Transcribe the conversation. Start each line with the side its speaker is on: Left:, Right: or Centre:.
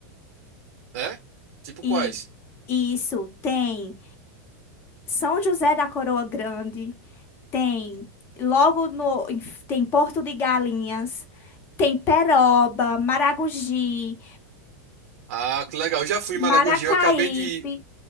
Right: É? Tipo
Left: E
Right: quais?
Left: isso tem São José da Coroa Grande, tem logo no tem Porto de Galinhas, tem Peroba, Maragogi,
Right: Ah, que legal, eu já fui em Maragogi,
Left: Maracaípe.
Right: eu acabei de ir,